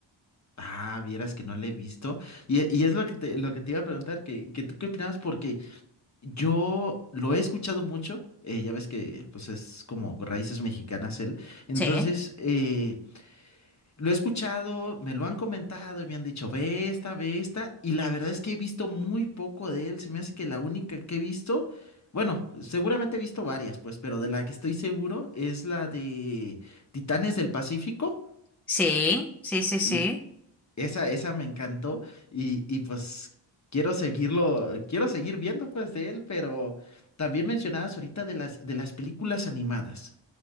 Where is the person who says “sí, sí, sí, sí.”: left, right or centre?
Centre